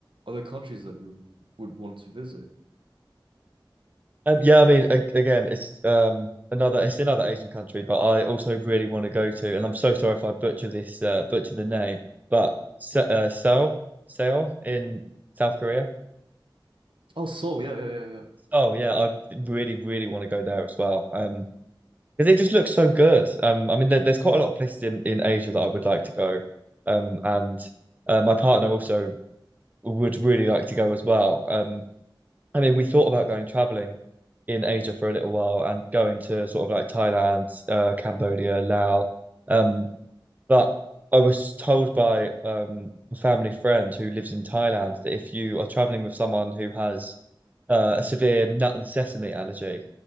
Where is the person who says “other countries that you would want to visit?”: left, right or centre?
Right